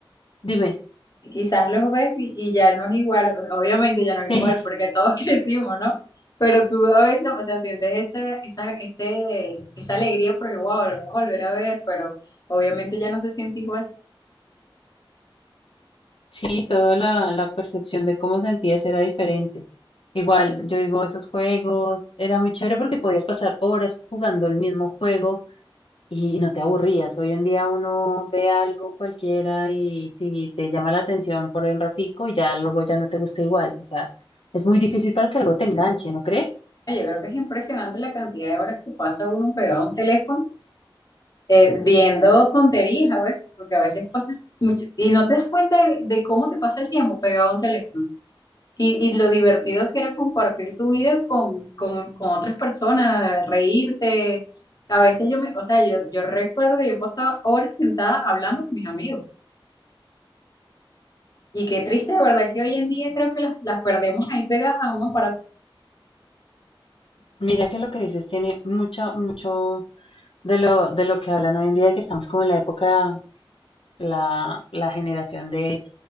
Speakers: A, on the left; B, on the left.
A: dime,
B: Y Quizás los ves y, y ya no es igual, o sea, obviamente ya no es
A: <laughs> sí.
B: igual, porque todos <laughs> crecimos, ¿no? Pero tú a veces, o sea, sientes esa, esa, ese, esa alegría porque, wow, lo vamos a volver a ver, pero obviamente ya no se siente igual.
A: Sí, toda la, la percepción de cómo sentías era diferente. Igual, yo digo, esos juegos era muy chévere porque podías pasar horas jugando el mismo juego y no te aburrías. Hoy en día uno ve algo cualquiera y si te llama la atención por un ratico, ya luego ya no te gusta igual. O sea, es muy difícil para que algo te enganche, ¿no crees?
B: Ay, Yo creo que es impresionante la cantidad de horas que pasa uno pegado a un teléfono eh, viendo tonterías a veces, porque a veces pasa mucho, y no te das cuenta de, de cómo te pasa el tiempo pegado a un teléfono. Y, y lo divertido que era compartir tu vida con, con, con otras personas, reírte. A veces yo me, o sea, yo, yo recuerdo que yo pasaba horas sentada hablando con mis amigos. Y qué triste, de verdad, que hoy en día creo que las, las perdemos ahí pegadas a un aparato.
A: Mira que lo que dices tiene mucho, mucho de lo, de lo que hablan hoy en día, de que estamos como en la época la, la generación de,